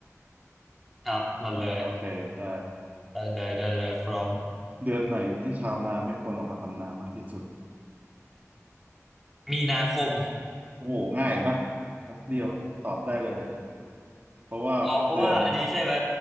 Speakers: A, in the centre; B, on the right.
A: ครับหมดเลย
B: โอเคได้
A: ได้เลยได้เลยพร้อม
B: เดือนไหนที่ชาวนาไม่ควรออกมาทำนามากที่สุด
A: มีนาคม
B: โอ้โหง่ายปะแป๊บเดียวตอบได้เลยเพราะว่าเดือน
A: อ๋อเพราะว่าอันนี้ใช่ไหม